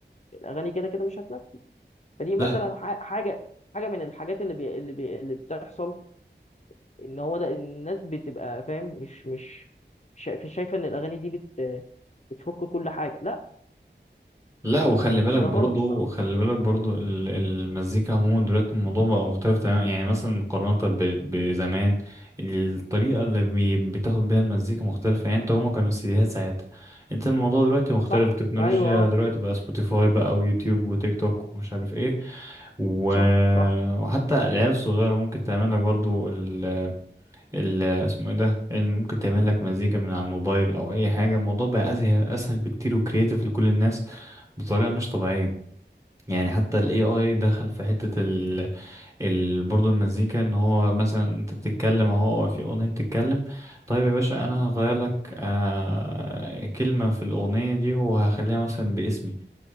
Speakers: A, on the left; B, on the right.
A: الاغاني كده كده مش هتنسي فدي مثلا
B: أنا.
A: ح- حاجه حاجه من الحاجات اللي بي... اللي, بي... اللي بتحصل ان هو ده الناس بتبقى فاهم مش مش شا- شايفه ان الاغاني دي بت بتفك كل حاجه لا
B: لا وخلي بالك
A: ده
B: برضو
A: غلط الصراحه
B: خلي بالك برضو ال- المزيكا عموما دلوقتي الموضوع بقى مختلف تماما يعني مثلا مقارنة ب- بزمان الطريقة اللي بي- بتاخد بيها المزيكا مختلفة يعني انت هما كانوا السيديهات ساعتها انت الموضوع دلوقتي مختلف
A: صح
B: التكنولوجيا
A: ايوه
B: دلوقتي
A: آه،
B: بقى سبوتيفاي بقى ويوتيوب وتيك توك ومش عارف ايه و...
A: صح صح
B: وحتى العيال الصغيرة ممكن تعمل لك برضو ال... ال... اسمه ايه ده ممكن تعمل لك مزيكا من على الموبايل او اي حاجة الموضوع بقى اسهل اسهل بكتير وكرييتيف لكل الناس بطريقة مش طبيعية يعني حتى ال AI دخل في حتة ال, ال... برضه المزيكا ان هو مثلا انت بتتكلم اهو أو في اغنية بتتكلم طيب يا باشا انا هغير لك آه... كلمة في الاغنية دي وهخليها مثلا باسمي